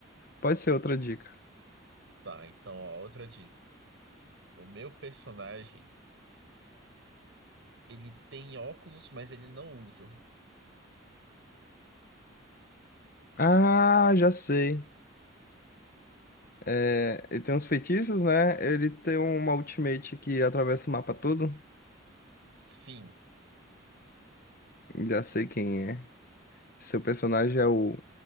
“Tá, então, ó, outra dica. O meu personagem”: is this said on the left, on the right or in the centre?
Right